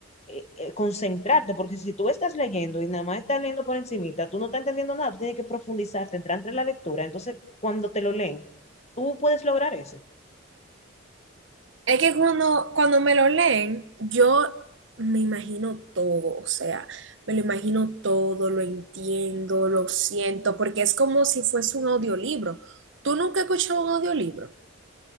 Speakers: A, on the left; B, on the right.
A: eh, eh, concentrarte, porque si tú estás leyendo y nada más estás leyendo por encimita, tú no estás entendiendo nada, tú tienes que profundizarte, entrar entre la lectura. Entonces, cuando te lo leen, tú puedes lograr eso.
B: Es que cuando, cuando me lo leen, yo me imagino todo, o sea, me lo imagino todo, lo entiendo, lo siento, porque es como si fuese un audiolibro. ¿Tú nunca has escuchado un audiolibro?